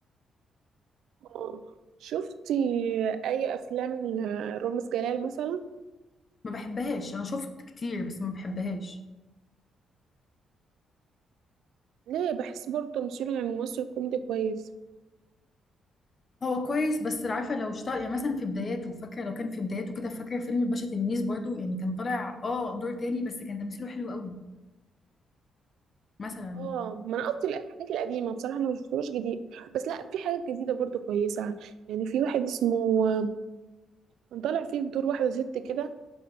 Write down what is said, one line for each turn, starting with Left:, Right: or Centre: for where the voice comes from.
Right: آه، شفتي اي افلام رامز جلال مثلا
Left: ما بحبهاش انا شفت كتير بس ما بحبهاش
Right: ليه بحس برضو تمثيله يعني ممثل كوميدي كويس
Left: هو كويس بس عارفه لو اشتغل يعني مثلا في بداياته فاكره لو كان في بداياته كده فاكره فيلم الباشا تلميذ برضو يعني كان طالع اه دور تاني بس كان تمثيله حلو قوي مثلا
Right: اه ما انا قصدي الحاجات القديمه بصراحه انا مشفتهاش جديد بس لا في حاجات جديده برضو كويسه يعني في واحد اسمه كان طالع فيه بدور واحده ست كده